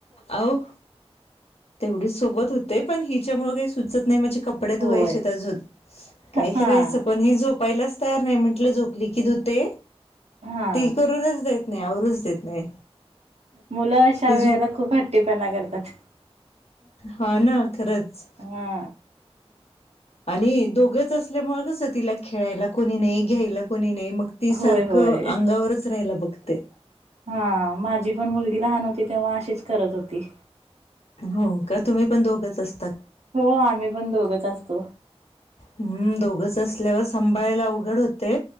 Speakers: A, on the left; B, on the right.
A: अहो तेवढी सोबत होती. ते पण हिच्यामुळे काही सुचत नाही माझे कपडे
B: होय
A: धुवायचे अजून काही
B: हा.
A: करायचं पण ह झोप. पहिलाच तयार नाही म्हटलं झोपली की तू ते
B: हा
A: ती करूनच देत. नाही आवरूरच देत नाही.
B: मुलं अशा
A: ती
B: वेळेला
A: झोप
B: खूप हट्टीपणा करतात.
A: हा ना खरंच.
B: हा.
A: आणि दोघंच असल्यामुळेच तिला खेळायला कोणी नाही घ्यायला कोणी नाही. मग ती सारखं
B: होय होय
A: अंगावरच राहिला बघते.
B: हा माझी पण मुलगी लहान होती तेव्हा अशीच करत होती.
A: हो का तुम्ही पण दोघच अस.
B: हो आम्ही पण दोघच असतो.
A: हम्म दोघंच असल्यावर सांभाळायला अवघड होते